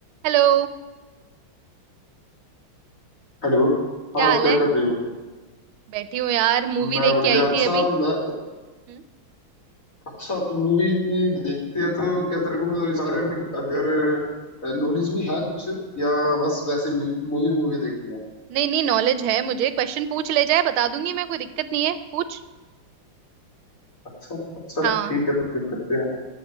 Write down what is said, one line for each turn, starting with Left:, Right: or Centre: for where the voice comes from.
Right: Hello
Left: Hello
Right: क्या
Left: हाँ
Right: हाल
Left: क्या
Right: है
Left: कर रहे हो
Right: बैठी हूँ यार मूवी
Left: मैं
Right: देख
Left: बढ़िया
Right: के आई
Left: अच्छा
Right: थी अभी
Left: मैं
Right: हम्म?
Left: अच्छा तुम मूवी इतनी देखते हैं तो क्या तेरे को मतलब इस बारे में अगर नॉलेज भी है कुछ या बस वैसे मूवी मूवी देखनी है
Right: नहीं नहीं नॉलेज है मुझे क्वेश्चन पूछ ले जाए बता दूंगी मैं कोई दिक्कत नहीं है पूछ
Left: अच्छा अच्छा
Right: हाँ
Left: ठीक है तो फिर करते हैं